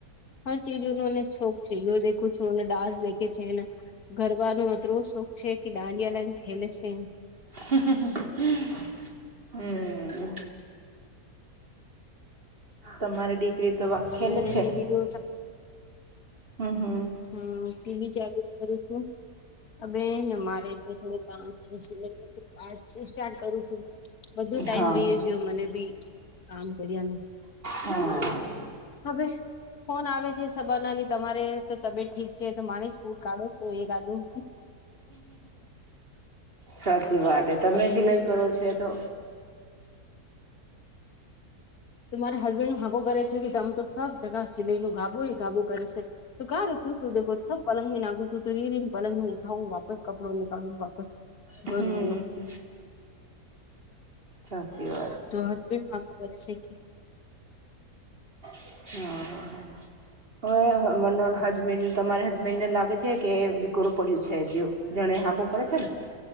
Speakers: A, on the left (about 70°); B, on the right (about 35°).
A: હર ચીઝ <unintelligible> છે ઓ દેખું છુંને ડાન્સ દેખે છે ન ગરબનો અતરો શોખ છે કે દાંડિયા લાઈને ખેલે છે.
B: હમ્મ અ તમારી દીકરી તો વકેેલ
A: મેને
B: છે
A: ટીવી તો
B: હમ્મ હમ્મ.
A: હા ટીવી ચાલુ કર્યું તુ અબે હેન મારે તો થોડું કામ છે સિલાઈ નું આજથી સાર્ટટ કરું છું બધું ટાઈમ
B: હા
A: વિયો ગયો મને બી કામ કર્યા નું.
B: હા
A: હવે ફોન આવે છે સબેનાની તમારે તો તબિયત ઠીક છે તો માની સ્કૂ કાઢો છું એકાદું
B: સાચી વાત હે તમે
A: આ બે
B: સિલાઈ
A: મિસ
B: કરો છે એ તો
A: તો મારા હસબેન્ડ ન હગું કરે છે કે તમે તો સબ જગા સિલાઈ નું ગાબુ ગાબું કરે છે. તો કા શું દે <unintelligible> પલંગ નાખું છું તો રીને પલંગ નું ઉઠાવું વાપસ કપડો નીકળવું વાપસ
B: હમ્મ.
A: ભરું
B: સાચી વા
A: તો હસબેન્ડ માગુ કરે છે કે
B: હ અ. હવે મન હજબેન્ડ તમારે હજબેન્ડ ને લાગે છે કે વિકોરુ પડ્યું છે જે જણે હાકો કરે છે ને